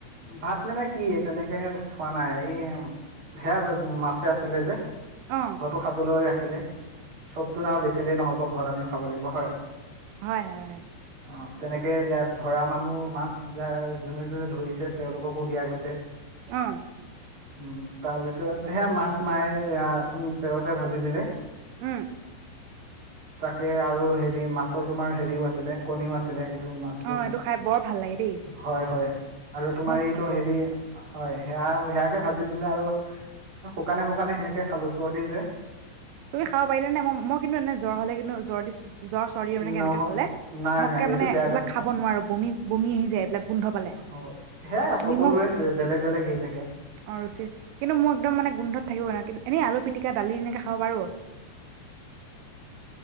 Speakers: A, on the right (about 30°); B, on the right (about 85°).
A: ভাত মানে কি তেনেকে খোৱা নাই। এই সেয়া মাছে আছিলে যে।
B: অ
A: ঘৰটো খাবলৈ ৰাখি চবটো নাও বেচিলে নহব ঘৰত আমিও খাব লাগিব হয়।
B: হয় হয় হয়।
A: অ তেনেকে ইয়াত ধৰা মানুহ মাছ যোনে যোনে ধৰিছে। তেওঁলোককো দিয়া গৈছে।
B: হম
A: উম তাৰপিছত সেয়া মাছ মাৰি তেলতে ভাজি দিলে।
B: উম।
A: তাকে আৰু হেৰি মাছৰ তোমাৰ হেৰিও আছিলে কণীও আছিলে মাছটো
B: অ এইটো খাই বৰ ভাল লাগে দেই
A: হয় হয় আৰু তোমাৰ
B: মই
A: এইটো হেৰি হয় সেয়া সেয়াকে ভাজি দিলে আৰু শুকানে শুকানে সেনেকে খালো চৰ্দি যে
B: তুমি খাব পাৰিলে নে মই মই কিন্তু এনে জ্বৰ হলে কিন্তু জ্বৰ দিছো জ্বৰ চৰ্দি
A: নহয়
B: মানে কেনেকে হলে
A: নাই
B: মইকে
A: নাই এইটো
B: মানে এইবিলাক
A: বেয়া কথা
B: খাব নোৱাৰো বমি বমি আহি যায় এইবিলাক গোন্ধ পালে
A: হ'ব সেয়াই সকলোৰে
B: নিমখ
A: বেলেগ বেলেগ হেৰি থাকে
B: অ ৰুচি কিন্তু মোক একদম মানে গোন্ধত থাকিব ন কিন্তু এনেই আলু পি দালি এনে হ বাৰু